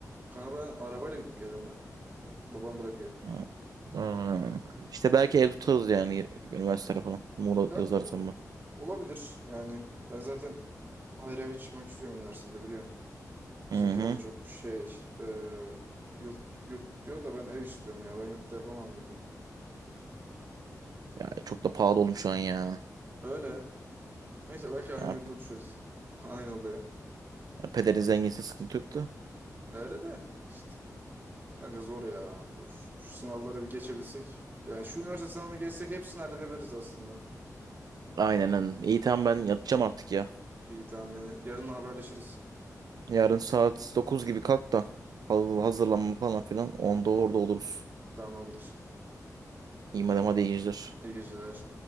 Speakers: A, on the right; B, on the right.
A: Kanka ben arabayla gidip geliyorum ya. Babam bırakıyor.
B: Ha. Ha. İşte belki ev tutarız yani üniversitede falan. Muğla
A: Kanka
B: yazarsam
A: o-
B: ben.
A: olabilir yani. Ben zaten hayır eve çıkmak istiyorum üniversitede biliyorsun. Bizimkilerle
B: Hı hı.
A: çok şey e, yurt yurt diyor da ben ev istiyorum ya. Ben yurtta yapamam gibi.
B: Ya çok da pahalı oğlum şu an ya.
A: Öyle. Neyse belki aynı
B: Ha,
A: yurda düşeriz. <laughs> Aynı odaya.
B: pederin zenginse sıkıntı yok da.
A: Öyle de. işte. Kanka zor ya zor. Şu sınavları bir geçebilsek. Yani şu üniversite sınavını geçsek hepsini halledebiliriz aslında.
B: Aynen aynen. İyi tamam ben yatacağım artık ya.
A: İyi tamam yani yarın haberleşiriz.
B: Yarın saat 9 gibi kalk da. Haz-
A: Tamam
B: Hazırlanma falan filan. Onda orada oluruz.
A: tamamdır.
B: İyi madem hadi iyi geceler.
A: İyi geceler.